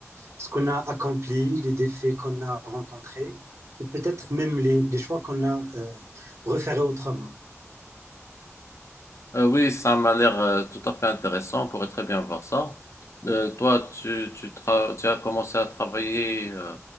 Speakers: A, on the right; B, on the left.
A: ce qu'on a accompli, les défis qu'on a rencontrés et peut-être même les, les choix qu'on a euh, refaits autrement.
B: Euh, oui, ça m'a l'air euh, tout à fait intéressant. On pourrait très bien voir ça. Euh, toi, tu, tu, tra- tu as commencé à travailler euh,